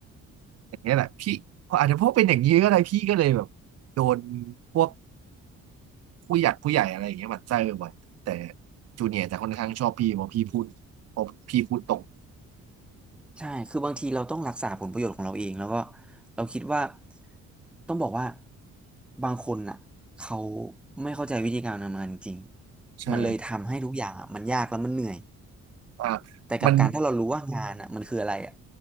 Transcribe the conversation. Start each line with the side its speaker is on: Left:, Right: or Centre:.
Right: อย่างเงี้ยแหละพี่พออาจจะเพราะเป็นอย่างนี้ก็ได้พี่ก็เลยแบบโดนพวกผู้ใหญ่ผู้ใหญ่อะไรอย่างเงี้ยหมั่นไส้บ่อยๆแต่จูเนียร์จะค่อนข้างชอบพี่เพราะพี่พูดเพราะพี่พูดตรง
Centre: ใช่คือบางทีเราต้องรักษาผลประโยชน์ของเราเอง แล้วก็เราคิดว่าต้องบอกว่าบางคนน่ะเขาไม่เข้าใจวิธีการทำงานจริงๆมันเลยทำให้ทุกอย่างอะมันยากแล้วมันเหนื่อย
Right: ใช่อ่า
Centre: แต่กับการถ้าเรารู้ว่างานอ่ะมันคืออะไรอ่ะ
Right: มัน